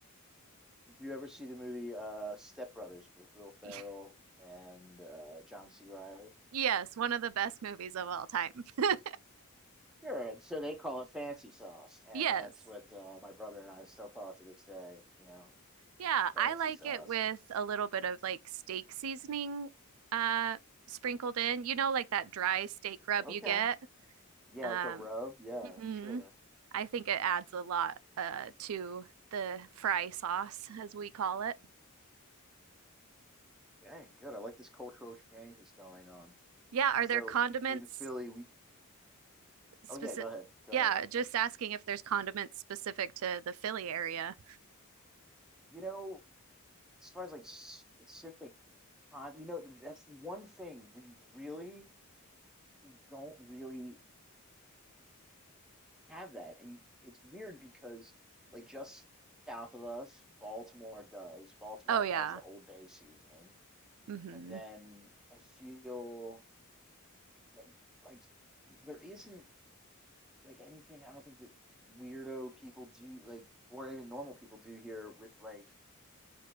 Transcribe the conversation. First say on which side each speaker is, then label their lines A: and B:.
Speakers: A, in the centre; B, on the right.
A: Did you ever see the movie uh Step Brothers with Will Ferrell
B: <laughs>
A: and uh, John C. Riley?
B: Yes, one of the best movies of all time. <laughs>
A: Sure. And so they call it fancy sauce, and
B: Yes.
A: that's what uh, my brother and I still call it to this day. You know,
B: Yeah,
A: fancy
B: I like
A: sauce.
B: it with a little bit of like steak seasoning uh sprinkled in. You know, like that dry steak rub
A: So, Okay.
B: you get.
A: Yeah,
B: Um,
A: like the rub. Yeah,
B: mhm.
A: sure.
B: I think it adds a lot uh to the fry sauce, as we call it.
A: Dang, good. I like this cultural exchange that's going on.
B: Yeah, are
A: So
B: there condiments
A: in Philly, we.
B: specific.
A: Oh yeah, go ahead. Go
B: Yeah,
A: ahead.
B: just asking if there's condiments specific to the Philly area.
A: You know, as far as like specific, con, you know, th- that's one thing we really we don't really have that. And you, it's weird because like just south of us, Baltimore does. Baltimore
B: Oh yeah.
A: has the Old Bay seasoning,
B: Mm-hmm.
A: and then I feel like, like there isn't like anything I don't think that weirdo people do like or even normal people do here with like